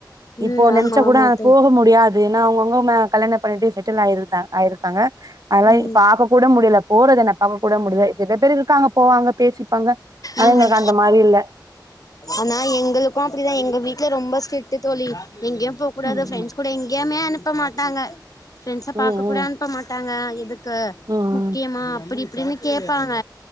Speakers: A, on the right; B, on the left.
A: இப்போ
B: ம்
A: நெனைச்சா
B: ஆமா
A: கூட
B: ஆமா தோழி
A: போக முடியாது ஏன்னா அவுங்கவுங்க கல்யாண பண்ணிட்டு செட் செட்டில் ஆயிருந்தாங் ஆயிருக்காங்க. அதுனால
B: ம்
A: பாக்க கூட முடில போறது என்ன பாக்க கூட முடில சில பேர் இருக்காங்க போவாங்க பேசிப்பாங்க ஆனா
B: ம்
A: எங்களுக்கு அந்த மாரி இல்ல.
B: ஆனா எங்களுக்கு அப்டிதா எங்க வீட்ல ரொம்ப ஸ்டிரிக்ட் தோழி. எங்கயும் போக கூடாது
A: ம்
B: ஃப்ரண்ட்ஸ் கூட எங்கயுமே அனுப்ப மாட் டாங்க. ஃப்ரெண்ட்ஸ
A: ம்
B: பாக்க கூட அனுப்பமாட்டாங் க இது எதுக்கு
A: ம் ம் ம்
B: முக்கியமா அப்டி இ இப்டின்னு கேப்பாங்க